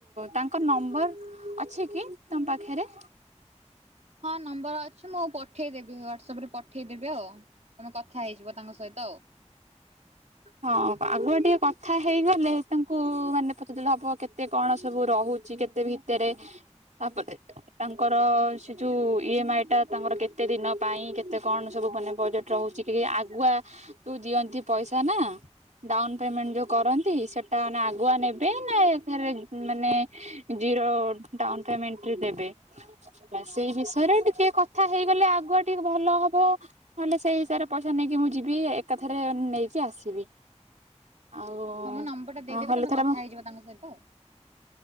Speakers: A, on the right; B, on the right.
A: ତାଙ୍କ ନମ୍ବର ଅଛି କି ତମ ପାଖରେ।
B: <inaudible> ହଁ ନମ୍ବର ଅଛି ମୁଁ ପଠେଇଦେବି ହ୍ୱାଟସଆପରେ ପଠେଇଦେବି ଆଉ। ଆପଣ କଥା ହେଇଯିବ ତାଙ୍କ ମୋ ସହିତ ଆଉ। <inaudible>
A: ହଁ ଆଗୁଆ ଟିକେ କଥା ହେଇଗଲେ। ତାଙ୍କୁ ମାନେ ପଚାରିଦେଲେ ହବ କେତେ କଣ ସବୁ ରହୁ ଚି କେତେ ବି ଭିତରେ ତାପରେ ତାଙ୍କର ସେ ଯୋଉ ଇ ଏମ୍ ଆଇଟା ତାଙ୍କର କେତେ ଦିନ ପାଇଁ କେତେ କଣ ସବୁ ମାନେ ବଜେଟ୍ ରହୁଚି କି ଆଗୁଆ ସବୁ ଦିଅନ୍ତି ପଇସା ନାଁ। ଡାଉନ୍ ପେମେଣ୍ଟ ଯୋଉ କରନ୍ତି। ସେଟା ମାନେ ଆଗୁଆ ନେବେ ନା ଏକାଥରେ ମାନେ ଜିରୋ ଡାଉନ୍ ପେମେଣ୍ଟରେ ଦେବେ। ପ୍ରାୟ ସେଇ ବିଷୟରେ ଟିକେ କଥା ହେଇଗଲେ ଆଗୁଆ ଟିକେ ଭଲ ହବ। ନହେଲେ ସେଇ ହିସାବରେ ପଇସା ନେଇକି ମୁଁ ଯିବି ଏକାଥରେ ନେଇକି ଆସିବି। ଆଉ
B: ହଁ ମୋ ନମ୍ବରଟା ଦେଇଦେବି
A: ନହେଲେ
B: ତମେ
A: ଥର
B: କଥା ହେଇଯିବ ତାଙ୍କ ସହିତ।